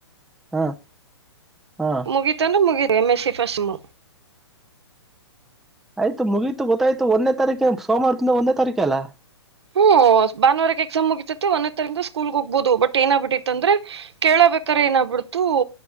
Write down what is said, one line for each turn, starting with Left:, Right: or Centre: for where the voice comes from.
Centre: ಹಾ ಹಾ
Right: ಮುಗಿತಂದ್ರೆ ಮುಗೀತ್ ಎಮೆಸಿ ಫಸ್ ಸೆಮ್ಮು.
Centre: ಆಯ್ತು ಮುಗೀತು ಗೊತ್ತಾಯ್ತು ಒನ್ನೇ ತಾರೀಕ ಸೋಮವಾರದಿಂದ ಒನ್ನೇ ತಾರೀಖೆ ಅಲಾ.
Right: ಹ್ಮ್ ಭ ಬಾನುವಾರಕ್ಕ ಎಕ್ಸಾಮ್ ಮೂಗಿತೇತಿ ಒನ್ನೇ ತಾರಿನಿಂದ ಸ್ಕೂಲ್ ಹೋಗಬೋದು ಬಟ್ ಏನಾಗ್ ಬಿಟ್ಟಿತ್ತ್ ಅಂದ್ರೆ ಕೇಳ ಬೇಕಾರೆ ಏನ ಬಿಡ್ತು